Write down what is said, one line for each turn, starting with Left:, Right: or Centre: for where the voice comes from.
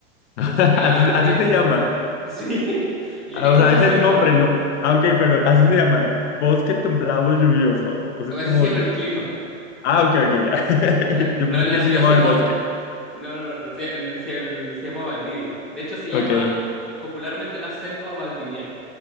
Centre: Entonces
Left: <laughs>
Centre: acá
Left: Así,
Centre: es,
Left: así se llama.
Centre: <laughs> sí, yo-
Left: Ah,
Centre: es
Left: O
Centre: como
Left: sea,
Centre: una
Left: es
Centre: selva,
Left: el nombre, ¿no? Ah, ok, pero así se llama. Bosque templado lluvioso. O
Centre: así
Left: sea, es como
Centre: se llama
Left: yo.
Centre: el clima.
Left: Ah, ok, ok, ya. <laughs>
Centre: Eh,
Left: Yo
Centre: No,
Left: pensé
Centre: la
Left: que
Centre: ciudad
Left: se llamaba
Centre: se llama.
Left: el bosque.
Centre: No, no, no, se, el- se- el- se llama Valdivia. De hecho, se
Left: Ok,
Centre: llama popularmente la selva valdiviana.